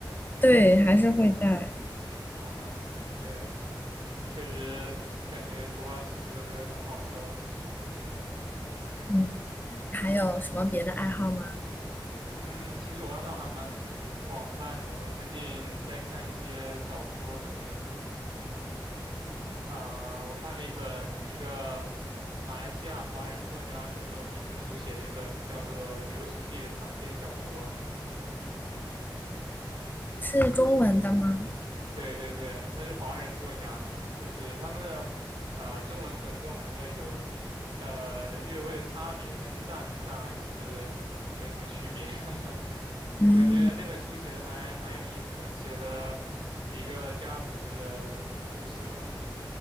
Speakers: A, on the left (about 25°); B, on the right (about 85°).
A: 对，还是会带。
B: 啊，对，确实感觉头发湿湿的不是很好受。
A: 嗯，那你还有什么别的爱好吗？
B: 嗯，其实我爱好还蛮广泛的，我最近在看一些小说什么的。啊，我看了一本一个马来西亚华人作家叫做李子书写的一本叫做《流俗地》的长篇小说。
A: 是中文的吗？
B: 对对对，他是华人作家嘛，就是他们的呃中文可能跟我们的有呃略微的差别，但是大体上还是没什么区别。<laughs>
A: 嗯
B: 我感觉那本书写的还蛮有意思的，写了几个家族的故事吧。